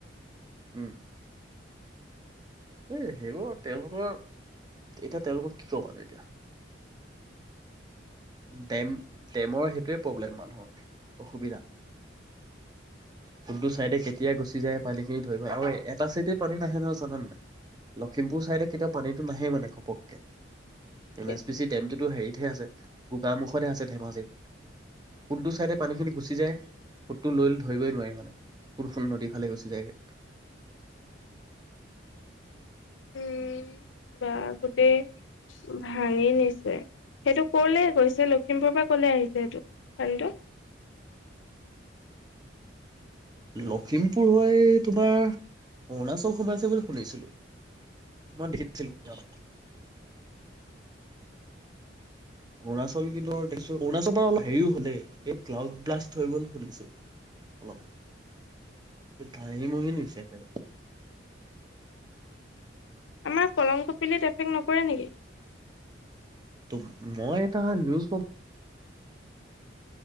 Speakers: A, on the right; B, on the left.
A: উম। এ সেইবোৰ তেওঁলোকৰ এতিয়া তেওঁলোকৰ কি কবা তেতিয়া। ডেম ডেমৰ সেইটোৱে প্ৰব্লেম মানুহৰ অসুবিধা
B: <inaudible>
A: কোনতটো চাইডে কেতিয়া গুচি যায়, পানী খিনি ধৰিব আৰু এটা চাইড পানী নাহে নহয় চান নাই লখিমপুৰ চাইডত কেতিয়াও পানীতটো নাহে মানে ঘপককে। এন
B: কিয়?
A: এছ পি চি ডেমটোতো হেৰিতহে আছে, গোকামুখতহে আছে ধেমাজিৰ। পুলটো চাইডে পানী খিনি গুচি যায়। সোতটো লৈ ধৰিবই নোৱাৰি মানে, কোনখন নদী ফালে গুচি যায়গে।
B: উম বা গোটেই ভাঙি নিছে। সেইটো কলে গৈছে লখিমপুৰ পৰা কলে আহিছে সেইটো পানীটো।
A: লখিমপুৰ হৈ তোমাৰ অৰুণাচল সোমাইছে বুলি শুনিছিলো। মই দেখিছিলো
B: <inaudible>
A: অৰুণাচল কিন্ত ধৰিছো, অৰুণাচল অলপ হেৰিও হ'লে এই ক্লাউড ব্লাষ্ট হৈ গ'ল শুনিছো। অলপ ধাঁহি মহি নিছে একেবাৰে
B: আমাৰ কলং কপিলিত এফেক্ট নপৰে নেকি?
A: ত মই এটা নিউজ